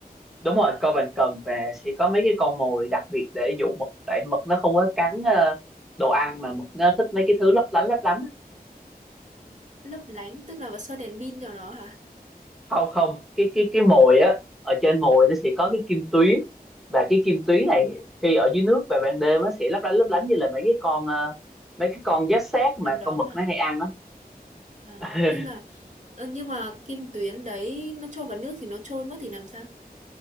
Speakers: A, in the centre; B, on the right (about 50°).
A: đúng rồi coi bàn cần và sẽ có mấy cái con mồi đặc biệt để dụ mực tại mực nó không có cắn ờ, đồ ăn mà mực nó thích mấy cái thứ lấp lánh lấp lánh á.
B: lấp lánh tức là xoay đèn pin cho nó hả
A: không không cái cái cái mồi á ở trên mồi nó sẽ có cái kim tuyến và cái kim tuyến này khi ở dưới nước về ban đêm nó sẽ lấp lánh lấp lánh như là mấy cái con ờ, mấy cái con giáp xác mà
B: trong
A: con
B: đó
A: mực
B: mà
A: nó hay ăn
B: à,
A: á <laughs>
B: tức là ờ, nhưng mà kim tuyến đấy nó trôi vào nước thì nó trôi mất thì làm sao